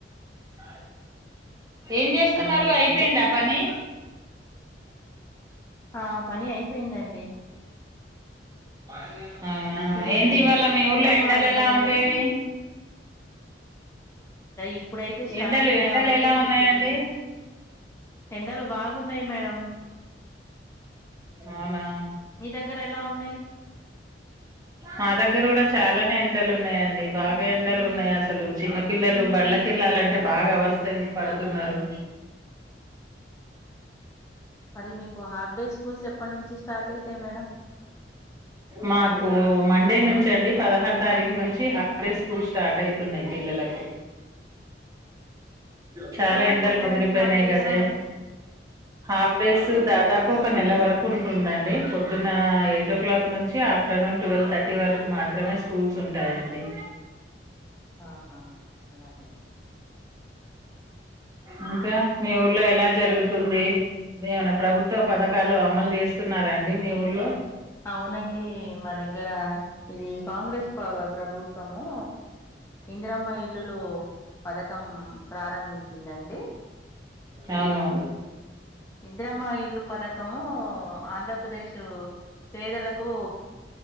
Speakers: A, on the right; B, on the left.
A: అ ఏం చేస్తున్నారు
B: అలాగేనండి
A: అయిపోయిందా పని
B: ఆ పని అయిపోయిందండి
A: <unintelligible> అవునా
B: ఇది
A: ఏంటి ఇవాళ మీ
B: ఇందిరమ్మ
A: ఊర్లో ఎండలు
B: ఇల్లలు
A: ఎలా ఉండేవి
B: ఇప్పుడైతే స్టార్టింగ్
A: ఎండలు ఎండలు
B: కాబట్టి
A: ఎలా
B: ఇప్పుడు
A: ఉన్నాయండి
B: కొద్ది ఎండలు ఉన్నాయి మేడం
A: అవునా
B: మీ దగ్గర ఎలా ఉన్నాయి
A: నా దగ్గర కూడా చాలానే ఎండలు ఉన్నాయండి బాగా ఎండలు ఉన్నాయి అసలు చిన్నపిల్లలు బడ్లకెళ్ళాలంటే బాగా అవస్థలు పడు తున్నారు
B: మరి మీకు హాఫ్ డే స్కూల్స్ ఎప్పటి నుంచి స్టార్ట్ అయితాయి మేడం
A: మాకు మండే నుంచండి పదహారు తారీఖు నుంచి హాఫ్ డే స్కూల్ స్టార్ట్ అయితున్నాయి పిల్లలకు చాలా
B: ఎప్పుడు దాకా
A: ఎండలు
B: ఉంటాయండి
A: ముదిరిపోయినాయి
B: హాఫ్ డేస్
A: కదే
B: మరి
A: హాఫ్ డేస్ దాదాపు ఒక నెల వరకు కుంటుందండి పొద్దున ఎయిట్ ఓ క్లాక్ నుంచి ఆఫ్టర్నూన్ ట్వెల్వ్ థర్టీ వరకు మాత్రమే స్కూల్స్ ఉంటాయండి
B: ఆహా అలాగా అండి
A: ఇంకా మీ ఊర్లో ఎలా జరుగు తుంది ఏమన్నా ప్రభుత్వ పథకాలు అమలు చేస్తున్నారాండి మీ ఊళ్లో
B: అవునండి మా దగ్గర ఇది కాంగ్రెస్ పవ ప్రభుత్వమూ ఇందిరమ్మ ఇల్లులు పథకం ప్రారంభించిందండి ఇది
A: అవునవును
B: ఇందిరమ్మ ఇల్లు పథకము ఆంధ్రప్రదేశ్ పే ప్రజలకు